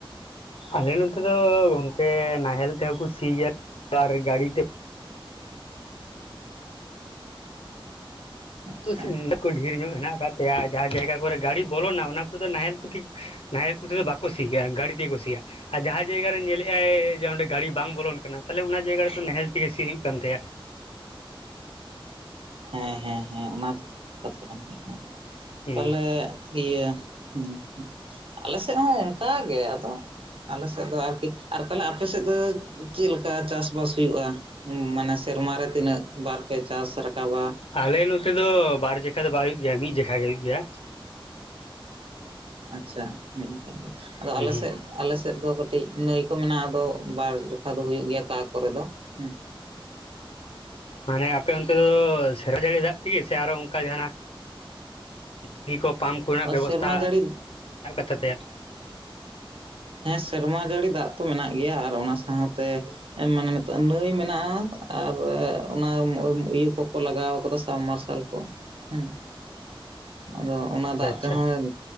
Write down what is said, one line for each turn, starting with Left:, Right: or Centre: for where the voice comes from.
Left: ᱟᱞᱮ ᱱᱚᱛᱮ ᱫᱚ ᱜᱚᱝᱠᱮ ᱱᱟᱦᱮᱞ ᱛᱮᱦᱚᱸ ᱠᱚ ᱥᱤᱭᱟ ᱟᱨ ᱜᱟᱹᱲᱤ ᱛᱮ
Right: ᱟᱪᱪᱷᱟ
Left: ᱰᱷᱮᱨ ᱧᱚᱜ ᱦᱮᱱᱟᱜ ᱟᱠᱟᱫ ᱛᱟᱭᱟ᱾ ᱡᱟᱦᱟᱸ ᱡᱟᱭᱜᱟ ᱠᱚᱨᱮ ᱜᱟᱹᱰᱤ ᱵᱚᱞᱚᱱᱟ ᱚᱱᱟ ᱠᱚᱫᱚ ᱱᱟᱦᱮᱞ ᱠᱚᱛᱮ ᱱᱟᱦᱮᱞ ᱠᱚᱛᱮ ᱫᱚ ᱵᱟᱠᱚ ᱥᱤᱭᱟ ᱜᱟᱹᱲᱤ ᱛᱮᱜᱮᱠᱚ ᱥᱤᱭᱟ ᱟᱨ ᱡᱟᱦᱟᱸ ᱡᱟᱭᱜᱟ ᱨᱮ ᱧᱮᱞᱮᱫ ᱟᱭ ᱡᱮ ᱚᱸᱰᱮ ᱜᱟᱹᱰᱤ ᱵᱟᱝ ᱵᱚᱞᱚᱱ ᱠᱟᱱᱟ ᱛᱟᱦᱚᱞᱮ ᱚᱱᱟ ᱡᱟᱭᱜᱟ ᱨᱮᱫᱚ ᱱᱟᱦᱮᱞ ᱛᱮᱜᱮ ᱥᱤ ᱦᱩᱭᱩᱜ ᱠᱟᱱ ᱛᱟᱭᱟ᱾
Right: ᱦᱮᱸ ᱦᱮᱸ ᱦᱮᱸ ᱚᱱᱟ ᱫᱚ ᱠᱟᱛᱷᱟ ᱠᱟᱱ ᱜᱮᱭᱟ ᱦᱮᱸ
Left: ᱦᱩᱸ
Right: ᱛᱟᱦᱞᱮ ᱤᱭᱟᱹ ᱦᱮᱸ ᱟᱞᱮ ᱥᱮᱫ ᱦᱚᱸ ᱚᱱᱠᱟᱜᱮ ᱟᱫᱚ ᱟᱞᱮᱥᱮᱫ ᱫᱚ ᱟᱨᱠᱤ ᱛᱟᱦᱚᱞᱮ ᱟᱯᱮ ᱥᱮᱫ ᱫᱚ ᱪᱮᱫᱠᱟ ᱪᱟᱥᱵᱟᱥ ᱦᱩᱭᱩᱜᱼᱟ, ᱢᱟᱱᱮ ᱥᱮᱨᱢᱟᱨᱮ ᱛᱤᱱᱟᱹᱜ ᱵᱟᱨᱯᱮ ᱪᱟᱥ ᱨᱟᱠᱟᱵᱟ
Left: ᱟᱞᱮ ᱱᱚᱛᱮ ᱫᱚ ᱵᱟᱨ ᱡᱟᱠᱟᱷᱟ ᱫᱚ ᱵᱟᱭ ᱦᱩᱭᱩᱜ ᱜᱮᱭᱟ ᱢᱤᱫ ᱡᱜᱟᱷᱟ ᱜᱮ ᱦᱩᱭᱩᱜ ᱜᱮᱭᱟ᱾
Right: ᱟᱪᱪᱷᱟ ᱢᱤᱫ ᱡᱚᱠᱷᱟ ᱟᱫᱚ
Left: ᱦᱩᱸ
Right: ᱟᱞᱮ ᱥᱮᱫ ᱟᱞᱮ ᱥᱮᱫ ᱫᱚ ᱠᱟᱹᱴᱤᱡ ᱱᱟᱹᱭ ᱠᱚ ᱢᱮᱱᱟᱜᱼᱟ ᱟᱫᱚ ᱵᱟᱨ ᱡᱚᱠᱷᱟ ᱫᱚ ᱦᱩᱭᱩᱜ ᱜᱮᱭᱟ ᱠᱟ ᱠᱚᱨᱮ ᱫᱚ ᱦᱮᱸ
Left: ᱢᱟᱱᱮ ᱟᱯᱮ ᱚᱱᱛᱮ ᱫᱚ ᱥᱮᱨᱢᱟ ᱡᱟᱹᱲᱤ ᱫᱟᱜ ᱛᱮᱜᱮ ᱥᱮ ᱟᱨᱚ ᱚᱱᱠᱟ ᱡᱟᱦᱟᱸᱱᱟᱜ ᱱᱤᱭᱟᱹ ᱠᱚ ᱯᱟᱢ ᱠᱚᱨᱮᱱᱟᱜ ᱵᱮᱵᱚᱥᱛᱟ
Right: ᱥᱮᱨᱢᱟ ᱡᱟᱹᱲᱤ
Left: ᱦᱮᱱᱟᱜ ᱠᱟᱜ ᱛᱟᱯᱮᱭᱟ
Right: ᱦᱮᱸ ᱥᱮᱨᱢᱟ ᱡᱟᱹᱲᱤ ᱫᱟᱜ ᱛᱚ ᱢᱮᱱᱟᱜ ᱜᱮᱭᱟ ᱟᱨ ᱚᱱᱟ ᱥᱟᱶᱛᱮ ᱢᱟᱱᱮ ᱱᱟᱹᱭ ᱢᱮᱱᱟᱜᱼᱟ ᱟᱨ ᱚᱱᱟ ᱤᱭᱟᱹ ᱠᱚᱠᱚ ᱞᱟᱜᱟᱣ ᱠᱟᱫᱟ ᱥᱟᱵ ᱢᱟᱨᱥᱟᱞ ᱠᱚ᱾ ᱦᱩ ᱟᱫᱚ ᱚᱱᱟ ᱫᱟᱜ
Left: ᱟᱪᱪᱷᱟ
Right: ᱛᱮᱦᱚᱸ